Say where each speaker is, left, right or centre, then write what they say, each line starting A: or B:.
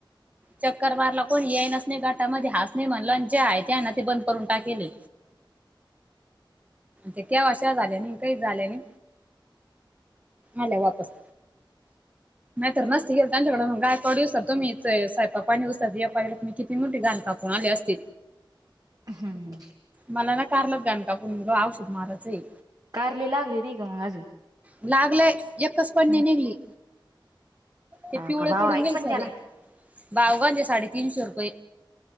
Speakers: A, on the right (about 15°); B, on the right (about 45°).
A: चक्कर मारला कोणी येईनाच नाही गाटामध्ये हास नाही म्हणला आणि ज्या आहे त्या ना ते बंद करून टाकले. ते क अशा झाल्या नि काही झाल्या नि आले वापस. तर नसती गेल त्यांच्याकड गयकवाडसत तुम्ही सायकणीसत मी किती मोठी गाण कापून आले असते.
B: हम्म
A: मला ना कारल गण कापण मुग औषध महाराचही
B: कारले लागले नाही का मग अजून
A: लागलय एकच पणणे
B: हम्म
A: निघली. ते
B: हा
A: पिवळे
B: का भाव
A: पडून
B: आहे
A: गेल
B: पण
A: सारे
B: त्याला
A: भावगांजे साडेतीीनशे रुपये